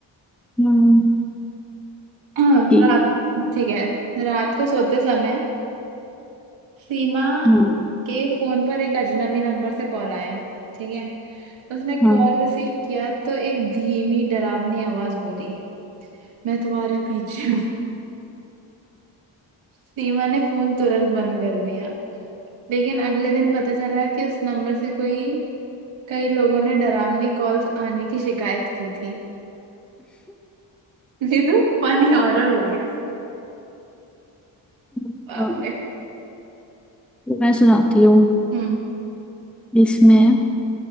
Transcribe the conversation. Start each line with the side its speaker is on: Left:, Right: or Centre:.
Centre: हम्म
Right: <clears throat>
Centre: ठीक
Right: रात ठीक है रात को सोते समय सीमा
Centre: हाँ
Right: के फोन पर एक अजनबी नंबर से कॉल आया ठीक है उसने
Centre: हाँ
Right: कॉल रिसीव किया तो एक धीमी डरावनी आवाज बोली मैं तुम्हारे पीछे हूँ सीमा ने फोन तुरंत बंद कर दिया लेकिन अगले दिन पता चला कि उस नंबर से कोई कई लोगों ने डरावनी कॉल्स आने की शिकायत की थी ये तो फनी हॉरर हो गया
Centre: हाँ,
Right: बाप रे
Centre: तो मैं सुनाती हूँ
Right: हम्म
Centre: इसमें